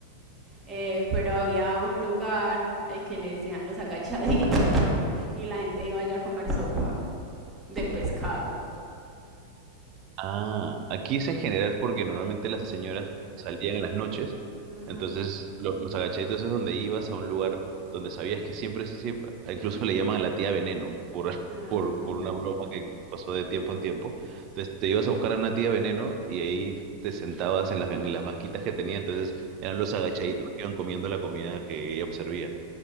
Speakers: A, on the right (about 15°); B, on the right (about 40°).
A: eh, pero había un lugar al que le decían los agachaditos <laughs> y la gente iba allá a comer sopa de pescado.
B: Ah, aquí es en general porque normalmente las señoras salían en las noches,
A: Ajá.
B: entonces lo- los agachaditos es donde ibas a un lugar donde sabías que siempre, siempre, incluso le llaman a la tía Veneno por, <laughs>
A: Ah,
B: por, por una broma que pasó de tiempo en tiempo. Entonces te ibas a buscar a una tía Veneno y ahí te sentabas en las, ban- las banquitas que tenía, entonces eran los agachaditos que iban comiendo la comida que ella servía.